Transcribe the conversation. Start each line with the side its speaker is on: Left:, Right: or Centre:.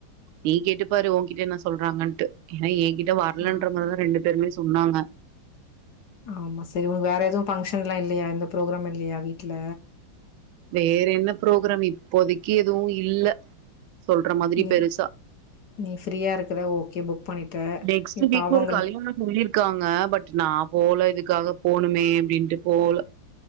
Right: நீ கேட்டுப்பாரு உன்கிட்ட என்ன சொல்றாங்கன்ட்டு ஏன்னா என்கிட் வரலன்ற
Left: ஆ
Right: மாறிதா ரெண்டு பேருமே சொன்னாங்க
Left: ஆமா சேரி உனக்கு வேற எதுவும் பஃங்க்ஷன் எல்லா இல்லையா எந்த ப்ரோக்ராமு இல்லையா வீட்ல
Right: வேற என்ன ப்ரோக்ராம் இப்போதைக்கு எதுவும் இல்ல சொல்ற மாதிரி
Left: நீ
Right: பெருசா
Left: நீ ஃப்ரீயா இருக்கிற ஓக்கே புக் பண்ணிட்ட
Right: டெக்ஸ்ட்டு
Left: இப்ப
Right: வீக்கு
Left: அவங்கள்
Right: ஒரு கல்யாணம் சொல்லிருக்காங்க பட் நா போல இதுக்காக போணுமே அப்டின்ட்டு போல